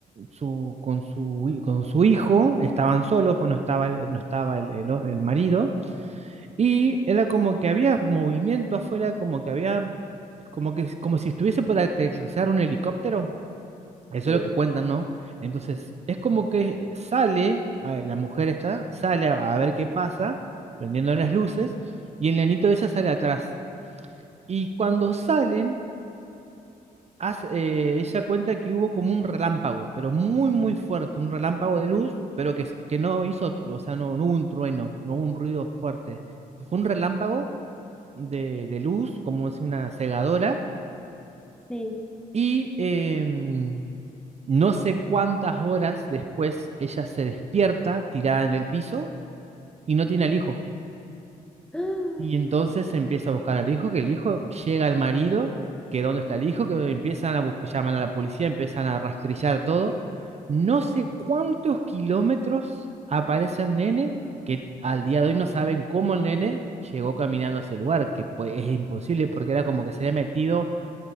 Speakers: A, on the right (about 45°); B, in the centre.
A: Su, con su, hi- con su hijo, estaban solos, pues no estaba, el- no estaba el el o- el marido, y era como que había movimiento afuera, como que había como que, como si estuviese por aterrizar un helicóptero. Eso
B: sí,
A: es lo que cuentan, ¿no? Entonces, es como que sale, a- la mujer está, sale a, a ver qué pasa, prendiendo las luces, y el nenito de ella sale atrás. Y cuando salen, hace- eh, ella cuenta que hubo como un relámpago, pero muy, muy fuerte, un relámpago de luz, pero que, se- que no hizo, tru- o sea, no, no hubo un trueno, no hubo un ruido fuerte. Fue un relámpago de, de luz, como es una cegadora,
B: sí.
A: y... em, No sé cuántas horas después ella se despierta tirada en el piso y no tiene al hijo.
B: ¡Ah!
A: Y entonces empieza a buscar al hijo, que el hijo llega al marido, que dónde está el hijo, que empiezan a buscar, llaman a la policía, empiezan a rastrillar todo. No sé cuántos kilómetros aparece el nene, que al día de hoy no saben cómo el nene llegó caminando a ese lugar, que pues, es imposible porque era como que se había metido